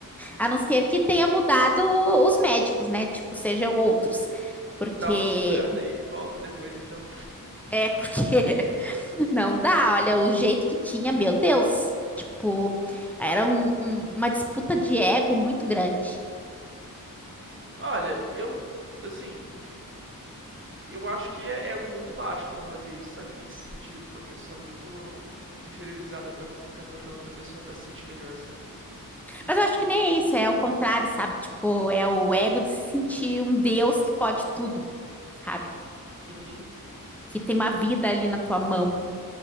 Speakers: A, in the centre; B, on the right (about 35°).
A: A não ser que tenha mudado os médicos, né? Tipo, sejam outros. Porque
B: Dá uma segurada e volta depois, então.
A: é porque <laughs> não dá, olha, o jeito que tinha, meu Deus. Tipo, era um- um- uma disputa de ego muito grande.
B: Olha, eu. Assim, eu acho que é, é algo muito baixo pra fazer isso, sabe? Tem que se sentir uma pessoa muito inferiorizada pra ficar tratando outra pessoa pra se sentir melhor, sabe?
A: Mas eu acho que nem é isso, é o contrário, sabe? Tipo, é o ego de se sentir um Deus que pode tudo, sabe?
B: Uhum.
A: que tem uma vida ali na tua mão,